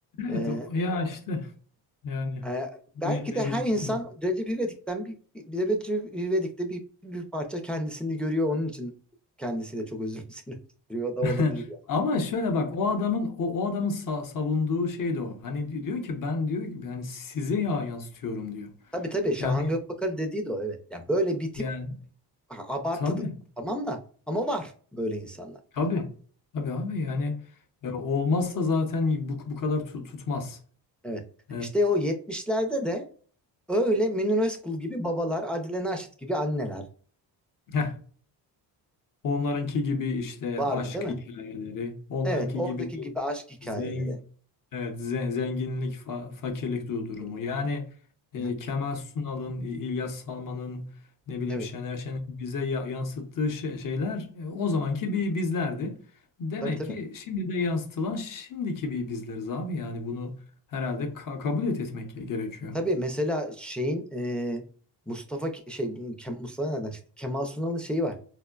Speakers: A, on the left; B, in the centre.
A: Evet
B: Ee,
A: o- ya işte yani
B: e, belki
A: ne, ne
B: de
A: diyeceksin
B: her insan
A: ki?
B: Recep İvedik'ten bir, bir bir- Recep İvedik'te bir, bir parça kendisini görüyor. Onun için kendisi de çok özümsüyor <laughs> da
A: <laughs>
B: olabilir. Yani.
A: Ama şöyle bak o adamın o, o adamın sa- savunduğu şey de o. Hani di- diyor ki ben diyor ki yani size ya yansıtıyorum diyor.
B: Tabii tabii Şahan
A: Yani
B: Gökbakar dediği de o evet. Ya böyle bir tip
A: yani
B: a- abartı
A: tabii.
B: tamam da ama var böyle insanlar.
A: Tabii. Tabii abi yani e,
B: Hı
A: olmazsa
B: hı,
A: zaten bu, bu kadar tu- tutmaz.
B: Evet.
A: E,
B: İşte o 70'lerde de öyle Münir Özkul gibi babalar, Adile Naşit gibi anneler,
A: <laughs> heh, onlarınki gibi işte
B: Vardı
A: aşk
B: Evet. değil mi?
A: hikayeleri, onlarınki
B: Evet, oradaki
A: gibi bir
B: gibi aşk hikayeleri.
A: zengin evet ze- zenginlik fa- fakirlik du- durumu.
B: Kirlilik.
A: Yani e,
B: Hı.
A: Kemal Sunal'ın, İ- İlyas Salman'ın ne bileyim
B: Evet,
A: Şener Şen'in bize ya- yansıttığı şey- şeyler e, o zamanki bir bizlerdi. Demek
B: tabii tabii.
A: ki şimdi de yansıtılan şimdiki bir bizleriz abi. Yani bunu herhalde ka- kabul et etmek gerekiyor.
B: Tabii mesela şeyin e, Mustafa Ke- şey Ke- Mustafa nereden çıktı? Kemal Sunal'ın şeyi var.